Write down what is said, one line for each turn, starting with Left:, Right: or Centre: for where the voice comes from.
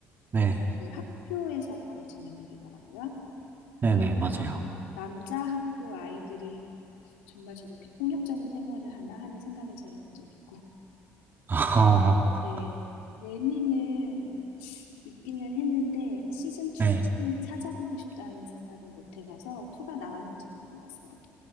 Right: 네.
Left: 봤는데 학교에서 벌어지는 일이더라고요.
Right: 네네, 맞아요.
Left: 저는 남자 학교 아이들이 정말 저렇게 폭력적인 생활을 하나 하는 생각을 제일 먼저 했고,
Right: <laughs>
Left: 네, 레미는 있기는 했는데 시즌 2까지
Right: 네.
Left: 찾아보고 싶다는 생각은 못 해봐서 2가 나왔는지도 몰랐어요.